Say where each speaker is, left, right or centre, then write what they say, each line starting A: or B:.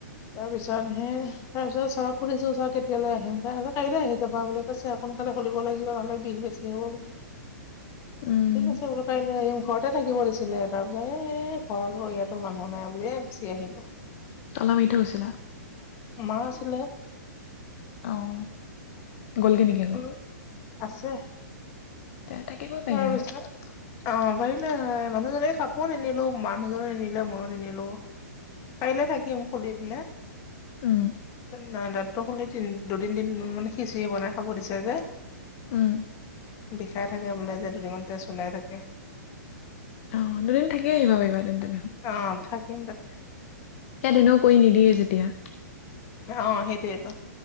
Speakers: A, on the left; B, on the left.
A: আৰু বিচৰা নাই আহে তাৰ পিছত ছাৰক সুধিছো ছাৰ কেতিয়ালৈ আহিম তাৰ পিছত কাইলৈ আহি যাবা বুলি কৈছে সোনকালে খুলিব লাগিব লে বিষ বেছি হ'ব বুলি
B: উম
A: ঠিক আছে বোল কাইলৈ আহি ঘৰতে থাকিব দিছিলে তাৰ পিছত এ ঘৰতো ইয়াতো মানুহ নাই বুলিয়ে গুচি আহিলো।
B: তলা মাৰি থৈ গৈছিলা
A: মা আছিলে।
B: আহ গলগে নেকি আকৌ
A: উম আছে।
B: তে থাকিব পাৰিলা
A: তাৰ পিছত
B: হয়
A: অ পাৰিলে হয়। মানুহজনে এই কাপোৰ নিনিলো মানুহজনো নিনিলে ময়ো নিনিলো। কাইলৈ থাকিম খুলি পেলাই
B: উম
A: নাই দাত। টো খুলি তি দুদিন দিন মানে খিচিৰি বনাই খাব দিছে যে।
B: উম।
A: বিষাই থাকে বোলে যে দুদমানতে তেজ ওলাই থাকে।
B: অ দুদিন থাকিয়ে আহিব পাৰিবা তেন্তে।
A: অ থাকিম তাতে।
B: এদিনো কৰি নিদিয়ে যেতিয়া।
A: অ সেইটোৱেটো।